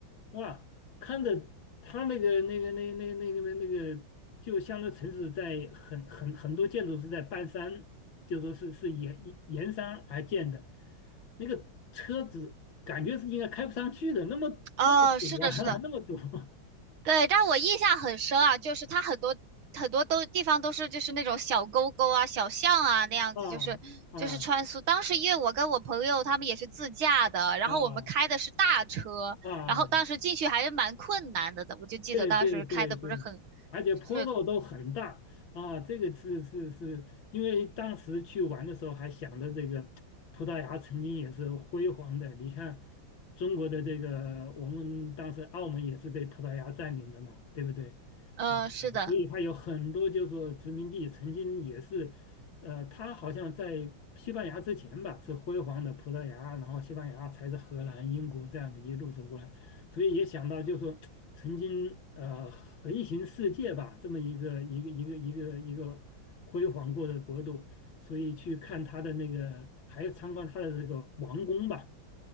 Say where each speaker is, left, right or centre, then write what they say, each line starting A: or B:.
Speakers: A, on the left (about 70°); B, on the right (about 90°).
A: 哇，看着它那个那个那那那个那个，就相当于城市在很很很多建筑是在半山，就说是是沿沿山而建的，那个车子感觉是应该开不上去的，那么那么堵啊，
B: 哦，是的，是的，
A: <laughs> 那么堵 <laughs>
B: 对，但我印象很深啊，就是它很多很多都地方都是就是那种小沟沟啊、小巷啊那样子，
A: 啊
B: 就是就是穿梭。
A: 啊啊
B: 当时因为我跟我朋友他们也是自驾的，然后我们开的是大车，
A: 啊啊！
B: 然后当时进去还是蛮困难的的，我就记得当时开的不是很，
A: 对对对对，而且坡度都很大啊，
B: 是，
A: 这个是是是，因为当时去玩的时候还想着这个葡萄牙曾经也是辉煌的，你看中国的这个，我们当时澳门也是被葡萄牙占领的嘛，对不对？
B: 嗯是的，
A: 啊，所以它有很多就是说殖民地曾经也是，呃，它好像在西班牙之前吧是辉煌的葡萄牙，然后西班牙才是荷兰、英国这样子一路走过来。所以也想到，就说曾经呃横行世界吧，这么一个一个一个一个一个辉煌过的国度，所以去看他的那个，还参观他的这个王宫吧。